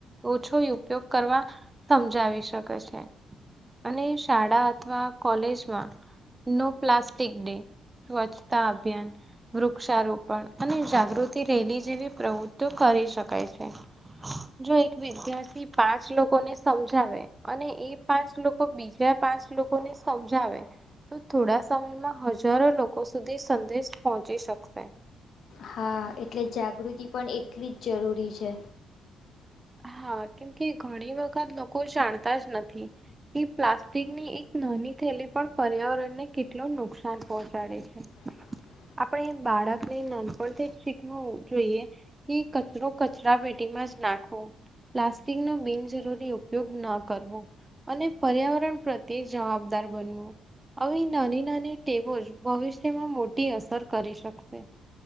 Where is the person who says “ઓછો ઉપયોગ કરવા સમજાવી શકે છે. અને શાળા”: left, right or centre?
Right